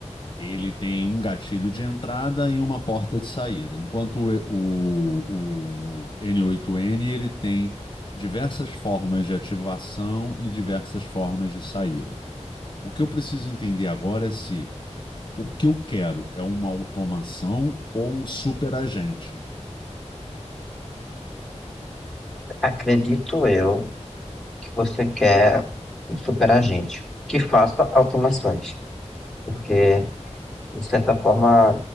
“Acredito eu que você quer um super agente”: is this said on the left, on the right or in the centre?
Centre